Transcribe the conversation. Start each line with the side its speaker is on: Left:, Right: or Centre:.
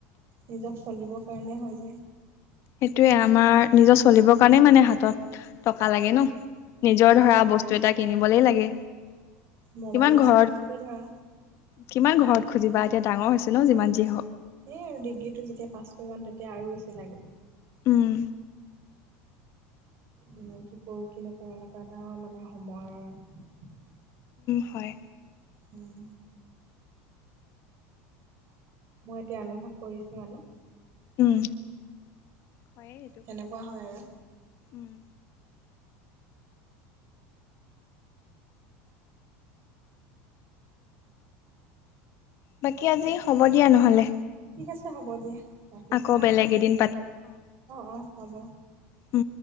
Right: নিজক চলিবৰ কাৰণে হয় যে
Left: সেইটোয়ে আমাৰ নিজৰ চলিবৰ কাৰণে মানে হাতত টকা লাগে ন নিজৰ
Right: হয়
Left: ধৰা বস্তু এটা কিনিবলৈ লাগে
Right: মোবাইল
Left: কিমান
Right: ৰিচাৰ্জটে
Left: ঘৰত
Right: ধৰা
Left: কিমান ঘৰত খুজিবা এতিয়া ডাঙৰ হৈছে ন যিমান যি
Right: এই আৰু ডিগ্ৰীটো যেতিয়া পাছ কৰিবাম তেতিয়া আৰু বেছি লাগে
Left: উম
Right: মানে কি কৰোঁ কি নকৰোঁ এনেকুৱা এটা মানে সময়
Left: হয়
Right: উম মই এতিয়া অনুভৱ কৰিছো মানে
Left: উম হয়েই এইটো
Right: তেনেকুৱা হয় আৰু
Left: উম বাকী আজি হ'ব দিয়া নহলে
Right: ঠিক আছে হ'ব দিয়া ৰাখিছো
Left: আকৌ
Right: হা
Left: বেলেগ এদিন
Right: অ অ হ'ব
Left: উ